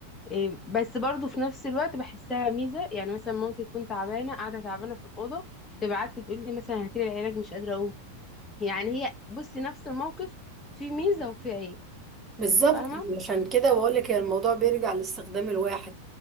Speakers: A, on the left; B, on the right.
A: إيه، بس برضه في نفس الوقت بحسها ميزة يعني مثلا مامتي تكون تعبانة قاعدة تعبانة في الأوضة تبعت لي تقول لي مثلا هاتيلي العلاج مش قادرة أقوم يعني هي بصي نفس الموقف فيه ميزة وفيه عيب
B: بالظبط
A: فاهمة
B: عشان كده بقولك هي الموضوع بيرجع لاستخدام الواحد